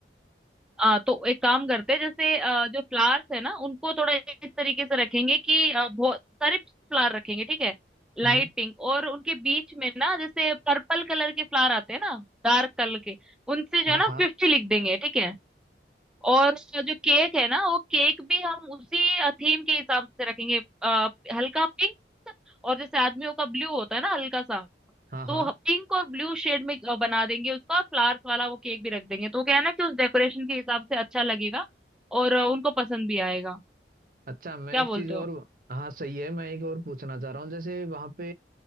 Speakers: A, in the centre; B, on the right (about 50°).
A: अ, तो एक काम करते हैं जैसे अ, जो फ्लावर्स है ना उनको थोड़ा इस तरीके से रखेंगे कि अ, बहुत सारे फ्लावर रखेंगे ठीक है लाइट
B: हम्म
A: पिंक और उनके बीच में ना जैसे पर्पल कलर के फ्लावर आते हैं ना डार्क कलर के उनसे जो
B: हाँ
A: है ना
B: हाँ
A: फिफ्टी लिख देंगे ठीक है और जो केक है ना वो केक भी हम उसी थीम के हिसाब से रखेंगे अ, हल्का पिंक और जैसे आदमियों का ब्लू होता है ना हल्का सा
B: हाँ
A: तो
B: हाँ
A: पिंक और ब्लू शेड में अ, बना देंगे उसका फ्लावर्स वाला वो केक भी रख देंगे तो क्या है ना कि उस डेकोरेशन के हिसाब से अच्छा लगेगा और अ, उनको पसंद भी आएगा
B: अच्छा मैं
A: क्या
B: एक
A: बोलते
B: चीज और
A: हो
B: हाँ सही है मैं एक और पूछना चाह रहा हूँ जैसे वहाँ पे